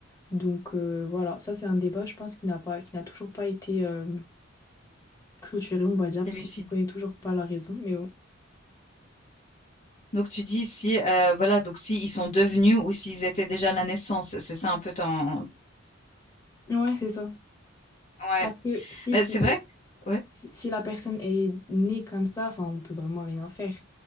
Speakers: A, on the left; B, on the left.
A: Donc euh, voilà, ça c'est un débat, je pense, qui n'a pas, qui n'a toujours pas été euh, clôturé, on va dire,
B: C'est
A: parce
B: lucide.
A: qu'on ne connaît toujours pas la raison, mais bon.
B: Donc tu dis si, heu, voilà, donc si ils sont devenus ou s'ils étaient déjà à la naissance, c'est ça un peu ton
A: Ouais, c'est ça.
B: ouais.
A: Parce que si
B: Mais
A: c'est
B: c'est vrai que ouais.
A: Si si la personne, elle est née comme ça, enfin, on peut vraiment rien faire.